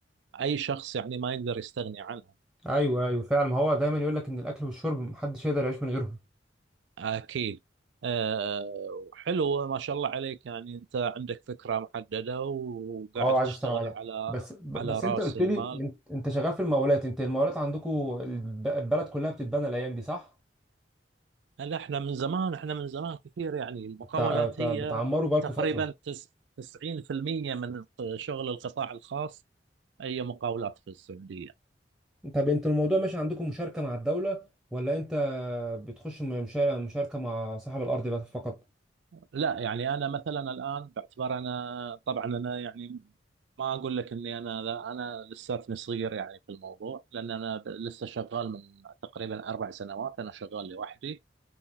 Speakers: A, on the right; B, in the centre.
A: اي شخص يعني ما يقدر يستغني عنها
B: ايوه ايوه فعلا ما هو دايما يقول لك ان الاكل والشرب محدش يقدر يعيش من غيرهم
A: اكيد أه وحلو ما شاء الله عليك يعني انت عندك فكرة محددة وقاعد
B: اه
A: تشتغل
B: عايز اشتغل عليها
A: على
B: بس ب-
A: على
B: بس
A: رأس
B: انت قلت
A: المال
B: لي انت انت شغال في المقاولات انت المقاولات عندكم الب- البلد كلها بتتبنى الايام دي صح
A: هل احنا من زمان احنا من زمان كثير يعني المقاولات
B: بتع- بتع-
A: هي
B: بتعمروا بقالكم
A: تقريبا
B: فتره
A: تس- 90% من شغل القطاع الخاص هي مقاولات في السعودية
B: طب انت الموضوع ماشي عندكم مشاركه مع الدوله ولا انت بتخش م- مشار- مشاركه مع صاحب الارض بس فقط
A: لا يعني انا مثلا الان باعتبار انا طبعا انا يعني ما اقول لك اني انا لا انا لساتني صغير يعني في الموضوع لان انا ب- لسه شغال من تقريبا اربع سنوات انا شغال لوحدي